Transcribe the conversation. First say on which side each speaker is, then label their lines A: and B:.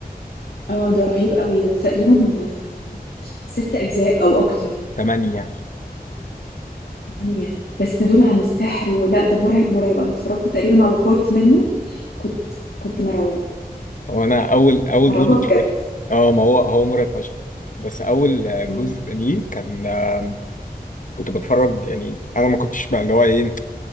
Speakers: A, on the left; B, on the left.
A: اه ده رهيب قوي ده تقريبا آه، ست أجزاء أو أكتر
B: تمانية يعني
A: تمانية بس دول عن السحر ولا ده مرعب مرعب أنا اتفرجت تقريبا على بورت منه كنت كنت مرعوبة
B: هو انا اول اول
A: مرعوبة
B: جزء
A: بجد
B: اه ما هو هو مرعب فشخ بس اول آه،
A: مم.
B: جزء ليه كان آه، كنت بتفرج يعني انا ما كنتش بقى اللي هو ايه